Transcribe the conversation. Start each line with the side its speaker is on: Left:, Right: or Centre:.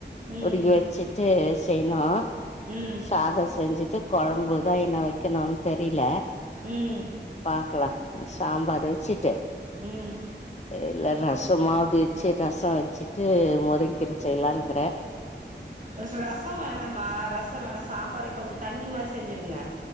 Right: ம்
Left: உருகி வச்சுட்டு செய்ணு
Right: ம்
Left: சாதோ செஞ்சுட்டு கொழம்புதா இன்ன வெக்கணுனு தெரில
Right: ம்
Left: பாக்லா சாம்பாரு வச்சுட்டு
Right: ம்
Left: இல்ல ரசமாது வச்சு ரசோ ச்சிட்டு மொருங்க்கீர செய்யலானுக்குறே
Right: ரசோ ரசோ வேணமா ரசோ ரசொ வேணா சாம்பாரே கொஞ்சோ தண்ணி மாரி செஞ்சுடுங்க